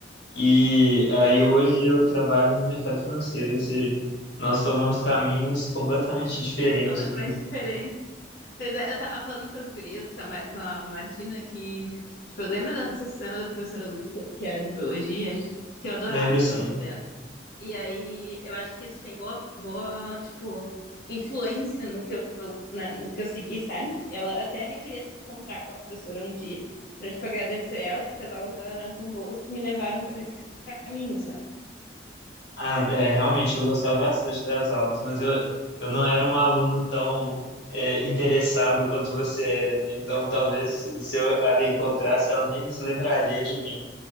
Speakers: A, on the left; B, on the left.
A: E aí hoje eu trabalho no mercado financeiro, ou seja, nós tomamos caminhos completamente diferentes,
B: completamente
A: né?
B: diferente. Pois é, eu tava falando com as gurias, com a, Mar- com a Martina, que, tipo, eu lembro da, não sei se você lembra da professora Lúcia, que era de biologia, que eu adorava
A: Lembro sim.
B: as aulas dela. E aí, eu acho que isso tem boa, boa, tipo, influência no que eu, na- no que eu segui, sabe? Ela até queria te- encontrar com a professora um dia, pra, tipo, agradecer ela, porque as aulas dela eram tão boas que me levaram pra esse caminho, sabe?
A: Ah, é, realmente eu gostava bastante das aulas, mas eu, eu não era um aluno tão é, interessado quanto você era, né? Então talvez se eu a reencontrasse, ela nem se lembraria de mim.